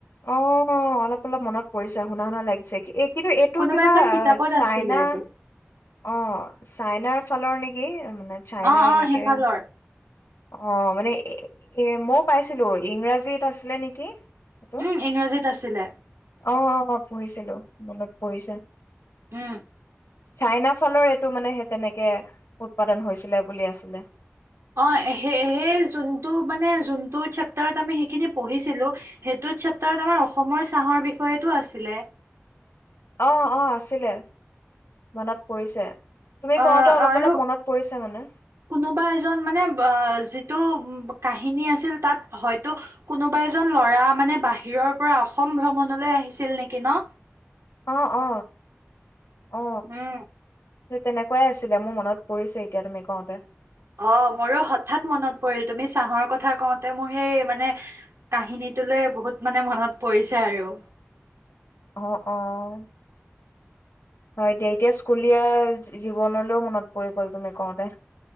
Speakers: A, on the left (about 70°); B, on the right (about 80°).
A: অ' অলপ-অলপ মনত পৰিছে শুনা-শুনা লাগিছে। কি-এ কিন্তু এইটো
B: কোনোবা
A: কিবা
B: এখন কিতাপত
A: চাইনা
B: আছিলে এইটো
A: অ' চাইনাৰ ফালৰ নেকি? মানে চাইনা
B: অ অ
A: এনেকে
B: সেইফালৰ
A: অ' মানে এ-এ মই পাইছিলো ইংৰাজীত আছিলে নেকি? সেটো,
B: উম ইংৰাজীত আছিলে
A: অ', অ' পঢ়িছিলো মনত পৰিছে।
B: উ।
A: চাইনা ফালৰ এটো মানে হে তেনেকে উৎপাদন হৈছিলে বুলি আছিলে।
B: অ' হে-হেই জোনটো মানে জোনটো চেপ্তাৰত আমি হেখিনি পঢ়িছিলো, হেটো চেপ্তাৰত আমাৰ অসমৰ চাহৰ বিষয়টো আছিলে।
A: অ', অ' আছিলে মনত পৰিছে। তুমি
B: অ'
A: কওঁতে অলপ
B: আৰু
A: অলপ মনত পৰিছে মানে
B: কোনোবা এজন মানে বা-যিটো কাহিনী আছিল তাত হয়তো কোনোবা এজন ল'ৰা মানে বাহিৰৰ পৰা অসম ভ্ৰমণলৈ আহিছিল নেকি ন?
A: অ অ অ
B: হু।
A: সেই তেনেকুৱাই আছিলে মো মনত পৰিছে এতিয়া তুমি কওঁতে।
B: অ' মোৰো হঠাৎ মনত পৰিল। তুমি চাহৰ কথা কওঁতে মোৰ হেই মানে কাহিনীটোলৈ বহুত মানে মনত পৰিছে আৰু।
A: অ', অ' হয় দে, এতিয়া স্কুলীয়া জী-জীৱনলও মনত পৰি গ'ল তুমি কওঁতে।